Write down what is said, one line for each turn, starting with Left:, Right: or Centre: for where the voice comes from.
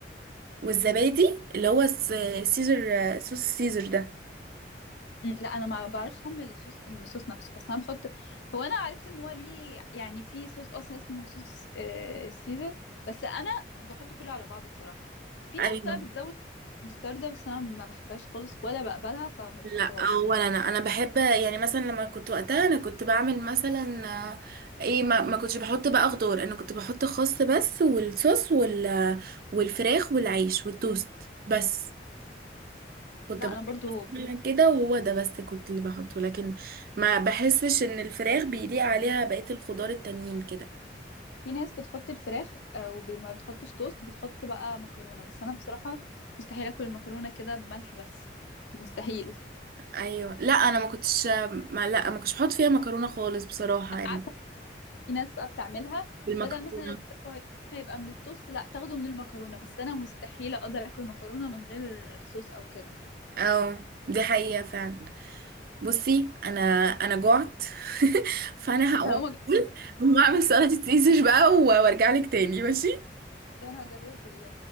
Right: والزبادي اللي هو الس- سيزر آه، صوص السيزر ده
Left: م، لا انا ما بعرفش اعمل الصوص الصوص نفسه بس انا بحط هو انا عرفت ان هو ليه يعني في صوص اصلا اسمه صوص آه، السيزر بس انا بحط كله على بعضه بصراحه في
Right: ايوه
Left: ناس بقى بتزود مستردة بس انا ما بحبهاش خالص ولا بقبلها فما
Right: لا
Left: بحطهاش
Right: اولا انا انا بحب يعني مثلا لما كنت وقتها انا كنت بعمل مثلا آه، ايه ما, ما كنتش بحط بقى خضار انا كنت بحط خس بس والصوص وال والفراخ والعيش والتوست بس كنت
Left: لا
Right: بحط
Left: انا برضو
Right: مثلاً كده وهو ده بس كنت اللي بحطه لكن ما بحسش ان الفراخ بيليق عليها بقية الخضار التانيين كده
Left: في ناس بتحط الفراخ آه، وما بتحطش توست بتحط بقى مكرونة بس أنا بصراحة مستحيل أكل المكرونة كده بملح بس مستحيل أنا
Right: ايوه لا انا ما كنتش ما لا ما كنتش بحط فيها مكرونة خالص بصراحة يعني
Left: عارفة في ناس بقى بتعملها
Right: بالمكرونة
Left: بدل مثلا الفراخ هي- هيبقى من التوست لا تاخده من المكرونة بس أنا مستحيل أقدر أكل مكرونة من غير صوص أو كده
Right: اه دي حقيقة فعلا بصي انا انا جعت <laughs> فانا هقوم
Left: هقوم
Right: اقول هقوم اعمل سلطه
Left: أجرب
Right: سيزر بقى و- وارجع لك تاني ماشي
Left: أنا هجرب ال-